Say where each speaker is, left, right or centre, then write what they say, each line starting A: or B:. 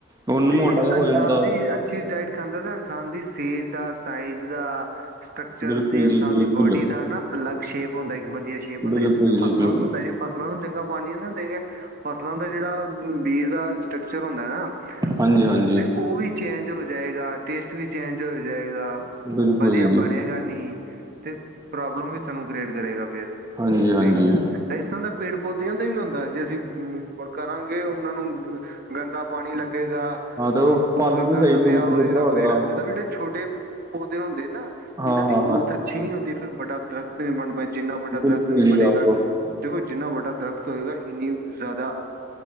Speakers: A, on the right; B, on the right.
A: ਉਹਨੂੰ
B: ਤੇ
A: ਮੋਟਾ ਜਿਹਾ ਹੋ
B: ਇਨਸਾਨ
A: ਜਾਂਦਾ
B: ਦੀ ਅੱਛੀ ਡਾਇਟ ਖਾਂਦਾ ਤਾਂ ਇਨਸਾਨ ਦੀ ਸੇਜ ਦਾ ਸਾਈਜ਼ ਦਾ ਸਟਰਕਚਰ
A: ਬਿਲਕੁਲ
B: ਦੀ ਇਨਸਾਨ
A: ਜੀ ਬਿਲਕੁਲ
B: ਦੀ ਬੋਡੀ ਦਾ ਨਾ ਅਲੱਗ ਸ਼ੇਪ ਹੁੰਦਾ ਇੱਕ ਵਧੀਆ ਸ਼ੇਪ ਹੁੰਦਾ
A: ਬਿਲਕੁਲ
B: ਇਸ
A: ਜੀ
B: ਫਸਲਾਂ
A: ਬਿਲਕੁਲ
B: ਤੋਂ ਫਸਲਾਂ ਨੂੰ ਚੰਗਾ ਪਾਣੀ ਨਾ ਦੇਈਏ ਫਸਲਾਂ ਦਾ ਜਿਹੜਾ ਬੀਜ ਦਾ ਸਟਕਚਰ ਹੁੰਦਾ ਨਾ
A: ਹਾਂਜੀ, ਹਾਂਜੀ।
B: ਤੇ ਓ ਵੀ ਚੇਂਜ ਹੋ ਜਾਏਗਾ, ਟੇਸਟ ਵੀ ਚੇਂਜ ਹੋ ਜਾਏਗਾ।
A: ਬਿਲਕੁਲ
B: ਵਧੀਆ
A: ਜੀ
B: ਬਣੇਗਾ ਨੀ ਤੇ ਪ੍ਰੋਬਲਮ ਵੀ ਸਾਨੂੰ ਗਰੇਟ ਕਰੇਗਾ ਫਿਰ
A: ਹਾਂਜੀ ਹਾਂਜੀ
B: ਸਹੀ ਗੱਲ ਹੈ। ਵੇਸਣ ਤਾਂ ਪੇੜ ਪੌਦਿਆਂ ਤੇ ਵੀ ਹੁੰਦਾ ਜੇ ਅਸੀਂ ਕਰਾਂਗੇ ਉਹਨਾਂ ਨੂੰ ਗੰਦਾ ਪਾਣੀ ਲੱਗੇਗਾ ਅਹ
A: ਹਾਂ ਤੇ ਉਹ
B: ਕੋਲ
A: ਫਲ ਵੀ
B: ਗੰਦ
A: ਸਹੀ ਨੁਕਦਾ
B: ਪਿਆ ਹੋਏਗਾ
A: ਜਿੱਦਾਂ ਹੋ ਗਿਆ
B: ਪੇੜਾਂ ਦੇ ਠੀਕ ਹੈ ਬੇਟਾ ਛੋਟੇ ਪੌਦੇ ਹੁੰਦੇ ਨਾ
A: ਹਾਂ
B: ਇਹਨਾਂ ਦੀ
A: ਹਾਂ
B: ਗਰੋਥ
A: ਹਾਂ
B: ਅੱਛੀ ਨੀ ਹੁੰਦੀ ਫਿਰ ਬਡਾ ਦਰਖ਼ਤ ਨਹੀਂ ਬਣਦਾ ਜਿੰਨਾ ਵੱਡਾ
A: ਬਿਲਕੁਲ
B: ਦਰਖ਼ਤ ਨਹੀਂ
A: ਜੀ
B: ਬਣੇਗਾ
A: ਆਹੋ
B: ਦੇਖੋ ਜਿੰਨਾ ਵੱਡਾ ਦਰਖ਼ਤ ਹੋਏਗਾ ਇੰਨੀ ਜ਼ਿਆਦਾ